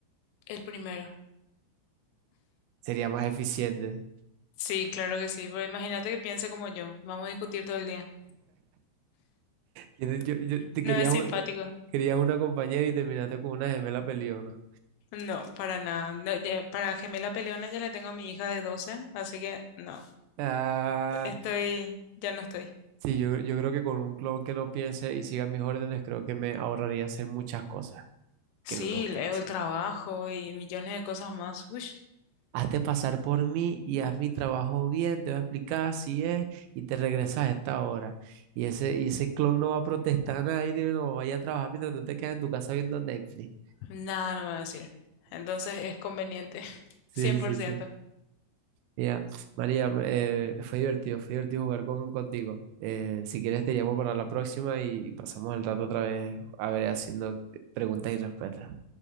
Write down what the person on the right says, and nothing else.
Sería más eficiente.
Yo, yo- yo- te
querías,
un- querías una compañera y terminaste con una gemela peleona.
Ah,
sí, yo, yo creo que con un clon que no piense y siga mis órdenes, creo que me ahorraría hacer muchas cosas
que no me gustan
hacer.
Hazte pasar por mí y haz mi trabajo bien, te voy a explicar así es y te regresas a esta hora. Y ese, y ese clon no va a protestar nada y dice, no, vaya a trabajar mientras tú te quedas en tu casa viendo Netflix.
Sí,
sí,
sí. Mira, María, eh, fue divertido, fue divertido jugar con, contigo. Eh, si quieres te llamo para la próxima y, y pasamos el rato otra vez a ver haciendo preguntas y respuestas.